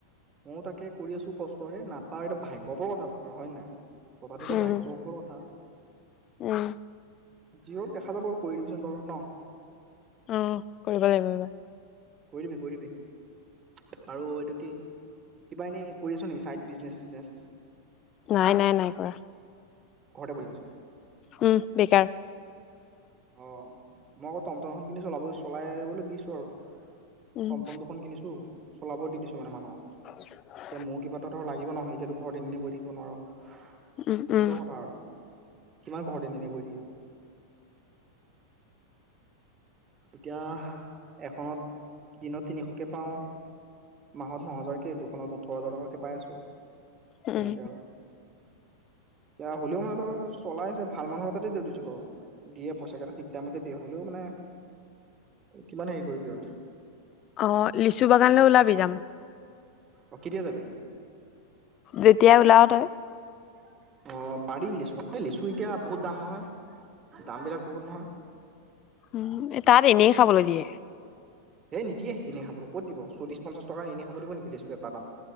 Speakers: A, on the right; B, on the left.
A: ময়ো তাকে কৰি আছোঁ কষ্ট, এ নাপাওঁ, এইটো ভাগ্য ওপৰ কথা হয় নাই? কথাটোত
B: উম
A: ভাগ্য ওপৰত কথা।
B: উম
A: যি হওঁক দেখা যাব, কৰি দিবিচোন বাৰু ন?
B: উম, কৰিব লাগিব এইবাৰ।
A: কৰি দিবি, কৰি দিবি আৰু এইটো কি? কিবা এনেই কৰি আছ নেকি? চাইড বিজনেছ-চিজনেছ?
B: নাই, নাই, নাই কৰা।
A: ঘৰতে বহি আছ
B: উম, বেকাৰ।
A: অ' মই আকৌ টমটম এখন কিনি চলাব দিছোঁ, চলাই-চলাবলৈ দিছোঁ আৰু।
B: উম,
A: টমটম দুখন কিনিছোঁ, চলাব দি দিছোঁ মানে মানুহক।
B: <inaudible>
A: এতিয়া মোৰ কিবা এটা ধৰ লাগিব নহয়, এতিয়াটো ঘৰত এনে, এনে বহি থাকিব নোৱাৰ। তেনেকুৱা
B: উম, উম,
A: কথা আৰু, কিমান ঘৰত এনে এনে বহি থাকিবি? এতিয়াহ এখনত দিনত তিনিশকে পাওঁ, মাহত ন'হাজাৰকে দুখনত ও ওঠৰ হাজাৰ টকাকে পাই আছোঁ,
B: উম।
A: তেনেকে আৰু। এতিয়া হ'লেও মানে ধৰ চলাই আছে, ভাল মানুহৰ তাতে দি থৈ দিছোঁ বাৰু। দিয়ে, পইচাকেইটা ঠিক টাইমতে দিয়ে। হ'লেও মানে কিমান হেৰি কৰিবি আৰু
B: অ'লিচু বাগানলে ওলাবি, যাম।
A: অ, কেতিয়া যাবি?
B: যেতিয়া ওলাৱ তই।
A: <inaudible> অ'পাৰি লিচু বাগান, এই লিচু এতিয়া বহুত দাম নহয়, দাম বিলাক বহুত নহয়।
B: উম, এ, তাত এনেই খাবলৈ দিয়ে।
A: হেই নিদিয়ে, এনেই খাব। ক'ত দিব? চল্লিছ, পঞ্চাছ টকা এনে খাব দিব নেকি? লিচু এটা দাম।